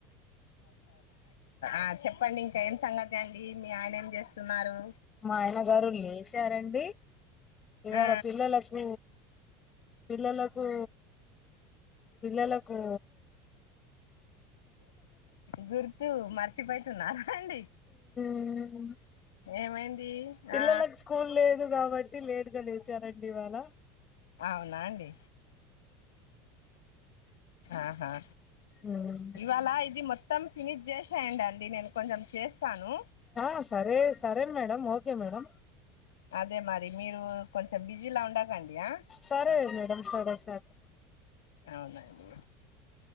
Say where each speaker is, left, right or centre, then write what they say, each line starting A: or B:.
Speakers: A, on the left (about 85°); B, on the left (about 35°).
A: ఆ చెప్పండి ఇంక ఏం సంగతి అండి మీ ఆయన ఏం చేస్ స్తున్నారు
B: మా ఆయన గారు లేచారండి ఇవాళ
A: ఆ
B: పిల్లలకు పిల్లలకూ పిల్లలకూ
A: గుర్తు మర్చిపోయితున్నారా అండి
B: ఉహు
A: ఏమైంది
B: పిల్లలకు
A: ఆ
B: స్కూల్ లేదు కాబట్టి లేట్గా లేచారండి ఇవాళ
A: ఆవునాండి ఆహా
B: ఉమ్
A: ఇవాళ ఇది మొత్తం ఫినిష్ చేసేయండి అంది నేను కొంచెం చేస్తాను
B: ఆ సరే సరే మేడమ్ ఓకే మేడమ్
A: అదే మరి మీరు కొంచెం బిజీలా ఉండకండి ఆ
B: సరే మేడం సరే సరే
A: అవునండి